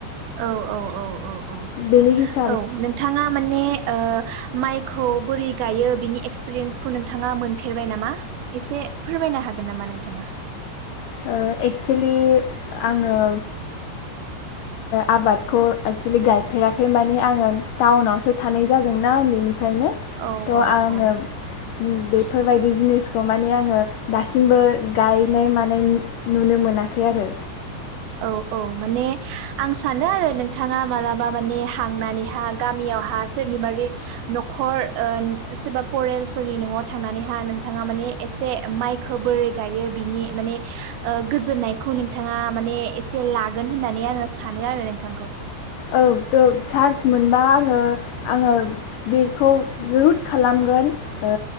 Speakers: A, on the right; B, on the left.
A: औ औ औ औ
B: बेनि हिस
A: औ नोंथाङा माने ओ माइखौ बोरै गायो बिनि एक्सपिरियेन्सखौ नोंथाङा मोनफेरबाय नामा? एसे फोरमायनो हागोन नामा नोंथाङा?
B: ओ एक्सोलि आङो आबादखौ एक्सोलि गायफेराखै माने, आङो टाउनावसो थानाय जादोंना उन्दैनिफ्राय ओंखायनो
A: औ
B: थ'
A: औ
B: आङो उम
A: औ
B: बे बेफोरबायदि जिनिसखौ माने आङो, दासिमबो गायनाय मानाय नुनो मोनाखै आरो।
A: औ औ औ माने आं सानो आरो नोंथाङा मालाबा माने हांनानैहा गामियावहा सोरनिबा न'खर ओ सोरबा परेलफोरनि न'आव थांनानैहा नोंथाङा माने एसे माइखो बोरै गायो बिनि माने ओ गोजोननायखौ नोंथाङा माने एसे लागोन होननानै आङो सानो आरो नोंथांखौ।
B: औ दों चान्स मोनबा आङो आङो बेखौ रुद खालामगोन। ओ